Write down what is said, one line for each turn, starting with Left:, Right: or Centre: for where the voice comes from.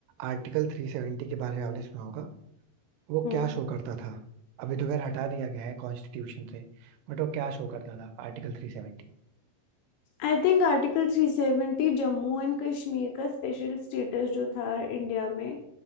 Right: आर्टिकल 370 के बारे में आपने सुना होगा वो
Left: हम्म
Right: क्या शो करता था अभी तो खैर हटा दिया गया है कॉन्स्टिट्यूशन से बट वो क्या शो करता था आर्टिकल 370
Left: I think article 370 Jammu and Kashmir का स्पेशल स्टेटस जो था इंडिया में